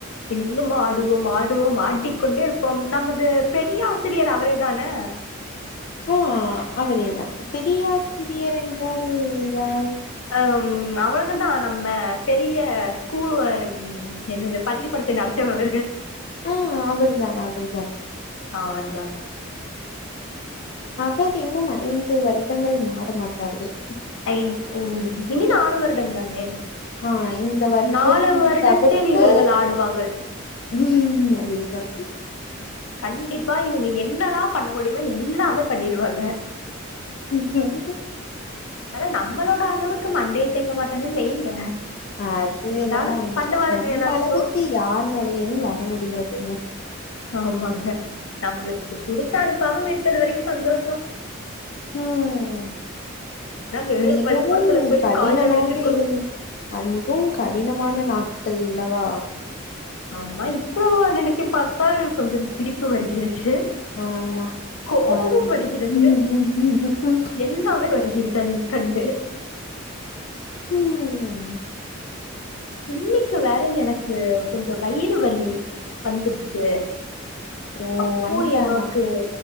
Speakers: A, on the left (about 85°); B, on the left (about 45°).
A: இன்னும் ஆடுவோம் ஆடுவோம் மாட்டி கொண்ட இருப்போம் நமது பெரிய ஆசிரியர் அவர தானே
B: ஆஹ் அடியேதான் பெரியாசிரியர் என்றால் யார்
A: ஹம் அவங்கதான் நம்ம பெரிய ஸ்கூல் என்னது பள்ளி கொடுத்த நட அவர்கள்
B: ஆஹ் அவருதான் அவருதான்
A: ஆவரு
B: அ தங்கும் மா ஐந்து வருடங்கள் மாற மாட்டார்கள்
A: ஐ ம் இனி நாளு வருரிடம் தானே
B: ஆஹ் இந்த வருடம்
A: நாலு வருடத்தில்
B: தவிர்த்து
A: இவர்கள் ஆடுவாங்கள்
B: உம் அதான்
A: கண்டிப்பா இவங்க என்னல்லாம் பண்ண முடியுமோ எல்லாமே பண்ணிடுவாங்க
B: ம் ஹூ க் ஹூம்
A: ஆனா நம்மளோட அளவுக்கு மண்டை தேக்க மாட்டாங்க வைங்க
B: அது
A: இருந்தாலு
B: என்னமோ உண்மைதானுக
A: பண்ணுவாளுங்க
B: நம்ம
A: ஏதாச்சு
B: அளவுக்கு யார்னாலயுமே வர முடியாதுங்க
A: ஆமாங்க நம்மளுக்கு கொடுத்து அனுப்பாம விட்டது வரைக்கும் சந்தோஷம்
B: ம்
A: வேற
B: மிகவும்
A: பள்ளிக்கூடத்துல போய்
B: கடினமாக
A: கால்ல விழுந்திருக்கணு
B: இருந்து அது மிகவும் கடி கடினமான நாட்கள் இல்லவா
A: ஆமா இப்போ நினைச்சி பார்த்தால் கொஞ்சம் சிரிப்பு வருகிறது
B: ஆமா
A: கோபமும்
B: ஆமா
A: வருகிறது
B: ம்
A: எல்லாமே வருகிறது தனி கண்டு
B: ம்
A: இன்னைக்கு வேற எனக்கு கொஞ்சம் வயிறு வலி வந்துருச்சு
B: ஓ
A: அப்போ
B: வன்ட்டானா
A: என்னோக்கு